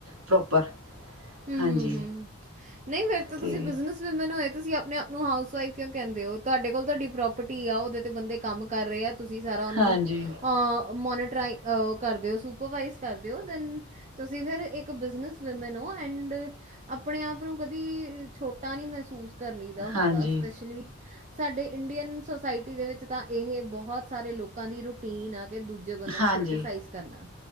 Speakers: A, on the right (about 75°); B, on the right (about 30°).
A: ਪ੍ਰੌਪਰ
B: ਹੂੰ,
A: ਹਾਂਜੀ।
B: ਹੂੰ। ਨਹੀਂ, ਫਿਰ
A: ਅਤੇ
B: ਤੁਸੀਂ ਬਿਜ਼ਨਸਵੁਮੈਨ ਹੋਏ ਤੁਸੀਂ ਆਪਣੇ ਆਪ ਨੂੰ ਹਾਊਸਵਾਈਫ ਕਿਉਂ ਕਹਿੰਦੇ ਓ? ਤੁਹਾਡੇ ਕੋਲ ਤੁਹਾਡੀ, ਪ੍ਰੋਪਰਟੀ ਆ ਉਹਦੇ 'ਤੇ ਬੰਦੇ ਕੰਮ ਕਰ ਰੇ ਆ ਤੁਸੀਂ ਸਾਰਾ ਉਹਨਾਂ
A: ਹਾਂਜੀ
B: ਨੂੰ ਮੋਨੀਟਰਾਈ। ਅ ਕਰਦੇ ਓ, ਸੁਪਰਵਾਈਜ਼ ਕਰਦੇ ਓ ਦੈਨ ਤੁਸੀਂ ਫਿਰ ਇੱਕ ਬਿਜ਼ਨਸ ਵੁਮਨ ਓ ਐਂਡ, ਆਪਣੇ ਆਪ ਨੂੰ ਕਦੀ ਛੋਟਾ ਨੀ ਮਹਿਸੂਸ ਕਰੀ ਦਾ
A: ਹਾਂਜੀ
B: ਸਪੈਸ਼ਲੀ। ਸਾਡੀ ਇੰਡੀਅਨ ਸੋਸਾਇਟੀ ਦੇ ਵਿੱਚ ਤਾਂ ਇਹ ਬਹੁਤ ਸਾਰੇ ਲੋਕਾਂ ਦੀ ਰੁਟੀਨ ਆ। ਦੂਜੇ ਬੰਦੇ ਨੂੰ
A: ਹਾਂਜੀ
B: ਕ੍ਰਿਟਿਸਾਈਜ਼ ਕਰਨਾ